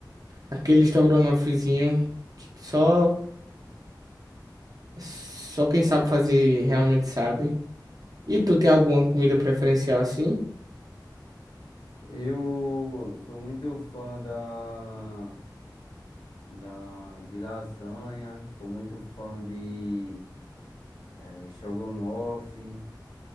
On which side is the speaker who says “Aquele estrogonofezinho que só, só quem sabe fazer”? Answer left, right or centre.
Right